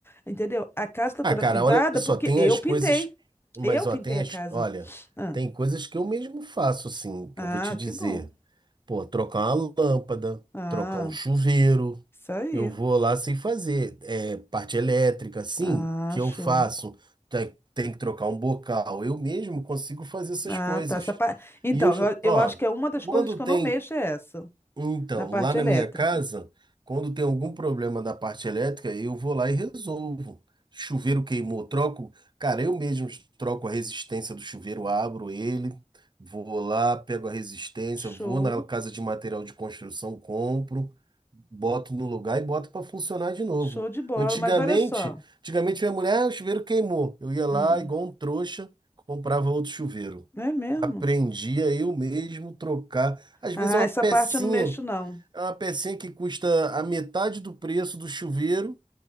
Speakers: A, on the left (about 20°); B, on the right (about 35°).
A: Entendeu? A casa tá
B: Ah,
A: toda
B: cara,
A: pintada
B: olha só,
A: porque
B: tem
A: eu
B: as
A: pintei.
B: coisas, mas
A: Eu
B: ó,
A: pintei
B: tem
A: a
B: as,
A: casa.
B: olha,
A: Ah,
B: tem coisas que eu mesmo faço, assim, que
A: ah,
B: eu vou te dizer.
A: que bom.
B: Pô, trocar uma lâmpada,
A: Ah.
B: trocar um chuveiro,
A: Isso aí.
B: eu vou lá sem fazer. É, parte elétrica, assim,
A: Acho.
B: que eu faço. Tem, tem que trocar um bocal. Eu mesmo consigo fazer essas
A: Ah,
B: coisas.
A: tá. Essa pa- Então,
B: E eu, já-
A: eu, eu
B: ó,
A: acho que é uma das
B: quando
A: coisas que
B: tem
A: eu não mexo é essa,
B: então,
A: na parte
B: lá na
A: elétrica.
B: minha casa, quando tem algum problema da parte elétrica, eu vou lá e resolvo. Chuveiro queimou, troco. Cara, eu mesmo troco a resistência do chuveiro, abro ele, vou lá, pego a resistência,
A: Show,
B: vou na casa de material de construção, compro, boto no lugar e boto para funcionar de novo.
A: show de bola.
B: Antigamente,
A: Mas olha só.
B: antigamente minha mulher, ah, o chuveiro queimou. Eu ia lá,
A: Hum,
B: igual um trouxa, comprava outro chuveiro.
A: não é mesmo?
B: Aprendi a eu mesmo trocar. Às vezes
A: Ah,
B: é uma
A: essa
B: pecinha,
A: parte eu não mexo, não.
B: é uma pecinha que custa a metade do preço do chuveiro